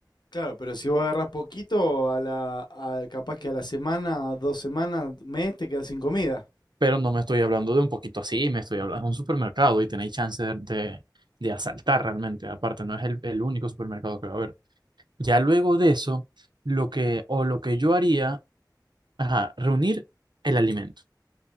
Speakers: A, on the left; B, on the right.
A: Claro, pero si vos agarrás poquito, a la, a- capaz que a la semana, dos semanas, mes, te quedas sin comida.
B: Pero no me estoy hablando de un poquito así, me estoy hablando de un supermercado y tenéis chance de, de, de asaltar realmente. Aparte, no es el, el único supermercado que va a haber. Ya luego de eso, lo que, o lo que yo haría, ajá, reunir el alimento,